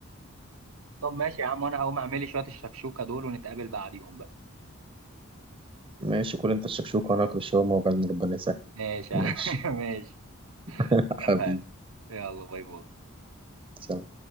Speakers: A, on the right; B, on the right.
A: طب ماشي يا عم وانا هقوم اعمل لي شوية الشكشوكة دول ونتقابل بعديهم بقى
B: ماشي كل انت الشكشوك وانا اكل الشاورما وبعدين ربنا يسهل
A: ماشي
B: ماشي
A: يا عم <laughs> ماشي
B: <laughs> حبيبي
A: اتفقنا يلا باي باي
B: سلام